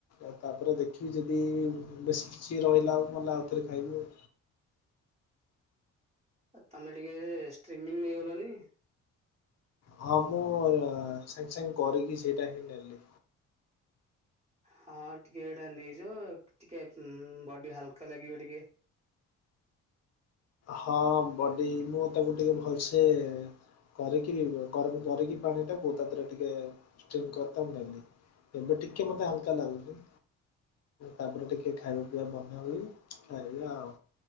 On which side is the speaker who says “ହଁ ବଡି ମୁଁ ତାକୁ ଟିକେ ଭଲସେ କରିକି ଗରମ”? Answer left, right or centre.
Left